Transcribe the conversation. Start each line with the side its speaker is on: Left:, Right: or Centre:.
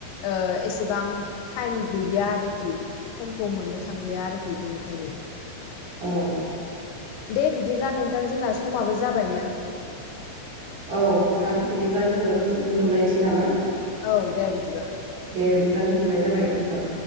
Left: ओ एसेबां टाइम गैलिया आरोखि। समखौ मोननो थांलिया आरोखि बेनिखायनो।
Right: औ।
Left: दे बिदिब्ला नोंथां जोंना समाबो जाबायमोन।
Right: औ नोंथां बिदिब्ला जोङो दस दोन्थ'लायनोसै नामा?
Left: औ दे बिदिबा।
Right: दे बिदिब्ला दोन्थ'नाय जाबाय नोंथां।